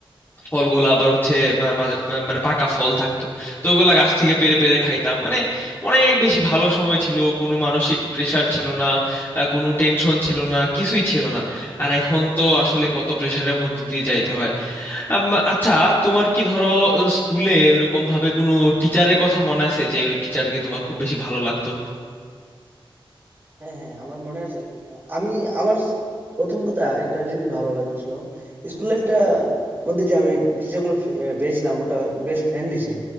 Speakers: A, on the left; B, on the right.
A: ফলগুলো আবার হচ্ছে মা- মা- মা- মানে পাকা ফল থাকতো তো ওগুলা গাছ থেকে পেড়ে পেড়ে খাইতাম মানে অনেক বেশি ভালো সময় ছিল কোনো মানসিক প্রেশার ছিল না আহ, কোনো টেনশন ছিল না কিছুই ছিল না আর এখন তো আসলে কত প্রেশারের মধ্যে দিয়ে যাইতে হয় আম, আচ্ছা তোমার কি ধরো স্কুলে ওরকম ভাবে কোনো টিচারের কথা মনে আছে যে ওই টিচারকে তোমার খুব বেশি ভালো লাগতো
B: হ্যাঁ হ্যাঁ আমার মনে আছে আহ, আমি আমার প্রথম কথা একটা জিনিস ভালো লাগছিল স্কুল লাইফটা মধ্যে যে আমি টিচার গুলো ফে- আহ, পেয়েছিলাম ওটা বেশ ফ্রেন্ডলি ছিল